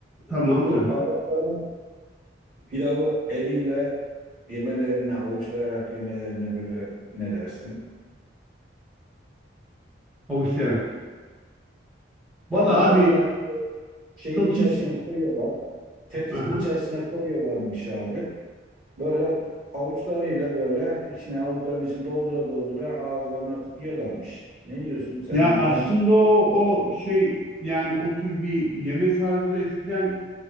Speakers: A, in the centre; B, on the right.
A: Tamam
B: Bu
A: tabii.
B: Arapların pilavı eliyle yemelerini, avuçlayarak yemelerini böyle ne dersin?
A: Havuçlayarak. Vallahi
B: Tabii adamlar
A: abi
B: şeyin
A: çok
B: içerisine
A: iyi. şey.
B: koyuyorlar. Tepsinin
A: Aha.
B: içerisine koyuyorlarmış abi. Böyle avuçlarıyla böyle içine avuçların içine doldura doldura ağızlarına atıp yiyorlarmış. Ne diyorsun sen
A: Ya
B: iğrenç
A: aslında
B: bir
A: o,
B: şey.
A: o şey yani o tür bir yeme tarzı eskiden